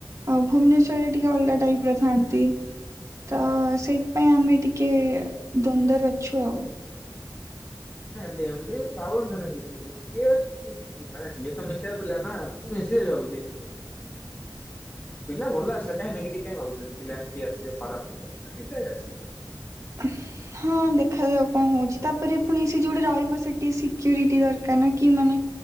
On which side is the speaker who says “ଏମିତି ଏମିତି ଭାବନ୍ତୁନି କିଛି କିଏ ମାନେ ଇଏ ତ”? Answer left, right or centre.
Left